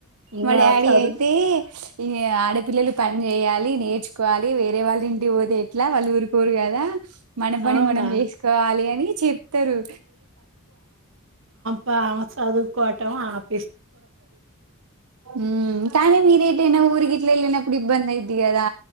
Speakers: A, on the right; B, on the right.
A: ఇంగ
B: మా డాడీ
A: చదువు
B: అయితే ఇ ఆడపిల్లలు పని చెయాలి న్ నేర్చుకువాలి వేరే వల్ ఇంటికి పోతే ఎట్లా వాళ్ళు ఊరుకోరు కదా మన పని
A: అవునా
B: మనం వేసుకోవాలి అని చెపుతరు
A: బావ సదుకోట్ <unintelligible>
B: ఉమ్ కానీ మీరిటైనా ఊరికి ట్లేలినప్పుడు ఇబ్బంది అయిద్ది కదా